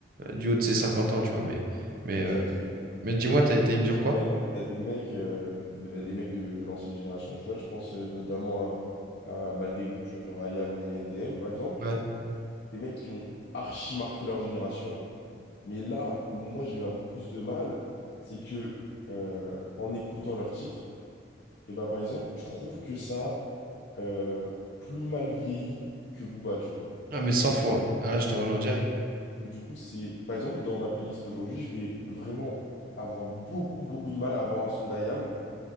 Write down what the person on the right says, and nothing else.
euh, du haut de ses 50 ans, tu vois, mais, mais,
euh,
mais dis-moi, t'as été me dire quoi?
Ouais.
Ah, mais 100 fois. Ah, là, je te rejoins direct.